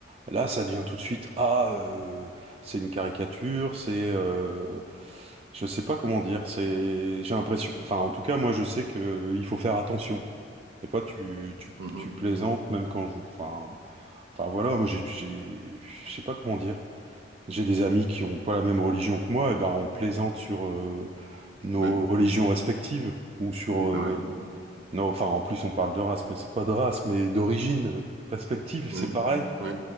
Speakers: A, on the right; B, on the right.
A: là, ça devient tout de suite, ah, euh, c'est une caricature, c'est... euh, je sais pas comment dire, c'est... J'ai l'impression... Enfin, en tout cas, moi, je sais que il faut faire attention. Des fois, tu, tu,
B: Mmh
A: tu plaisantes, même quand je... Enfin, Enfin voilà, moi j'ai, j'ai- je sais pas comment dire. J'ai des amis qui ont pas la même religion que moi, et ben on plaisante sur euh, nos
B: Oui,
A: religions respectives ou sur
B: oui, pareil.
A: euh, non, enfin en plus on parle de race, mais c'est pas de race, mais d'origine euh, respective,
B: Oui,
A: c'est pareil.
B: oui.